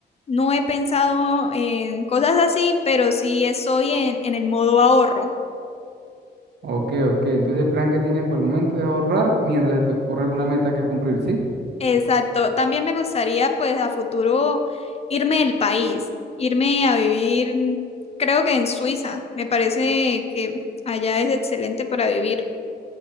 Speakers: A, on the left; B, on the right.
A: no he pensado en cosas así, pero sí estoy en, en el modo ahorro.
B: Ok, ok. Entonces el plan que tienes por el momento es ahorrar mientras se te ocurre alguna meta que cumplir, ¿sí?
A: Exacto. También me gustaría, pues, a futuro irme del país, irme a vivir, mm, creo que en Suiza. Me parece que allá es excelente para vivir.